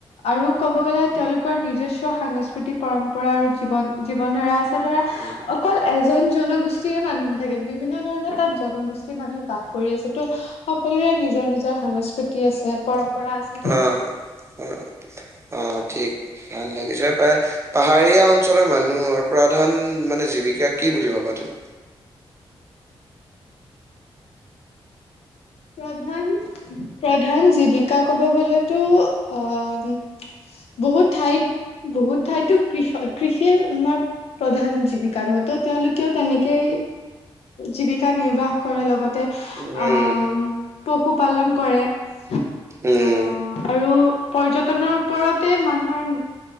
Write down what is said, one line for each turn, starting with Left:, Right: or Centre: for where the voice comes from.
Left: আৰু ক'ব গ'লে তেওঁলোকৰ নিজস্ব সাংস্কৃতিক পৰম্পৰা আৰু জীৱন জীৱন ধৰা। এ ধৰা
Right: উম
Left: অকল এজন জনগোষ্ঠীৰে মানুহ নাথাকে বিভিন্ন ধৰণৰ তাত জনগোষ্ঠীৰ মানুহ বাস। কৰি আছে তো সকলোৰে নিজৰ নিজৰ সংস্কৃতি আছে পৰম্পৰা আছে সেইটোৱেই
Right: অ অ। অ ঠিক ভাল লাগিছে। প পাহাৰীয়া অঞ্চলৰ মানুহৰ প্ৰধান মানে জীৱিকা, কি বুলি ভাবা তুমি?
Left: প্ৰধান প্ৰধান জীৱিকা ক'ব গলেতো অহ, বহুত ঠাইত বহুত ঠাইতো কৃষ কৃষিয়ে আমাৰ, প্ৰধান জীৱিকা, নতো তেওঁলোকেও তেনেকেই জীৱিকা নিৰ্বাহ কৰে, লগতে
Right: উম,
Left: আ পশুপালন কৰে আহ।
Right: উম,
Left: আৰু পৰ্যটনৰ ওপৰতে মানুহৰ,